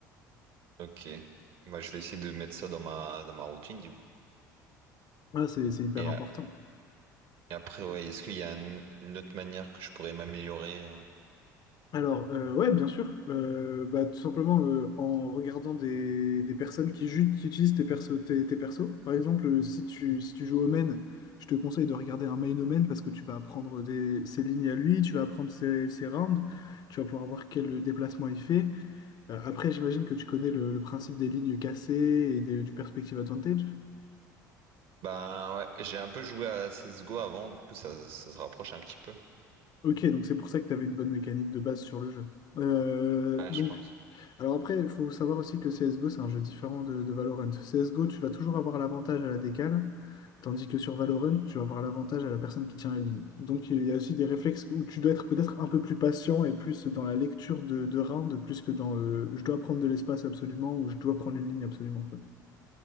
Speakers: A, on the right; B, on the left.
A: Ok. Bah, je vais essayer de mettre ça dans ma, dans ma routine, du coup.
B: Voilà, c'est c'est hyper
A: Et, a-
B: important.
A: et après, ouais, est-ce qu'il y a un- une autre manière que je pourrais m'améliorer? euh?
B: Alors, euh, ouais, bien sûr. Euh, bah, tout simplement euh, en regardant des, des personnes qui, ju- qui utilisent tes persos, tes, tes persos. Par exemple, euh, si tu, si tu joues au je te conseille de regarder un main au parce que tu vas apprendre des, ses lignes à lui, tu vas apprendre ses, ses rounds, tu vas pouvoir voir quel déplacement il fait. Euh, après, j'imagine que tu connais le, le principe des lignes cassées et des- du perspective advantage.
A: Ben ouais, j'ai un peu joué à CSGO avant, du coup ça, ça se rapproche un petit peu.
B: Ok, donc c'est pour ça que tu avais une bonne mécanique de base sur le jeu. Euh,
A: Ouais,
B: donc,
A: je pense.
B: Alors après, il faut savoir aussi que CSGO, c'est un jeu différent de, de Valorant. CSGO, tu vas toujours avoir l'avantage à la décale, tandis que sur Valorant, tu vas avoir l'avantage à la personne qui tient la ligne. Donc il y a aussi des réflexes où tu dois être peut-être un peu plus patient et plus dans la lecture de, de round, plus que dans le je dois prendre de l'espace absolument ou je dois prendre une ligne absolument, quoi.